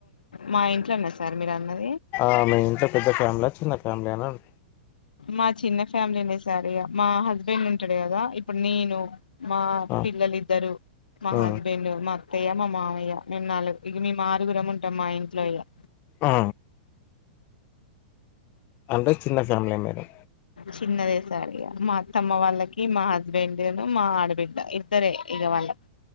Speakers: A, on the left; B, on the left.
A: మా ఇంట్లో ఉన్నర్ సార్ మీరందరు
B: ఆ మీ ఇంత పెద్ద ఫ్యామ్ల చిన్న ఫ్యామిలియా అన్
A: మా చిన్న ఫ్యామిలీనే సార్ ఇగ మా హస్బెండ్ ఉంటడు గదా ఇప్పుడ్ నేను మా
B: ఆ
A: పిల్లల్ ఇద్దరు, మా
B: ఆ
A: హస్బెండ్, మా అత్తయ్య, మా మామయ్య మేం నలుగ్ ఇగ మేం ఆరుగురం ఉం టం మా ఇంట్లో ఇలా
B: ఆ అంటే చిన్న ఫ్యామిలీయా మీరు
A: చిన్నదే సార్ ఇగ మా అత్తమ్మ వాళ్ళకి మా హస్బెండ్ను మా ఆడబిడ్డ ఇద్దరే ఇగ వాళ్ళక్